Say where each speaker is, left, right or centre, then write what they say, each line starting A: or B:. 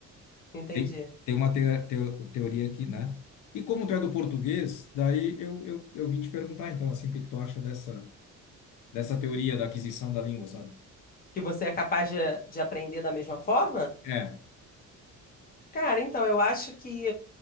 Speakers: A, on the left; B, on the left.
A: entendi.
B: Tem, tem uma te, teo- teoria aqui, né? E como tu é do português, daí eu, eu, eu vim te perguntar, então, assim, o que que tu acha dessa, dessa teoria da aquisição da língua, sabe?
A: Que você é capaz de, de aprender da mesma forma?
B: É.
A: Cara, então, eu acho que,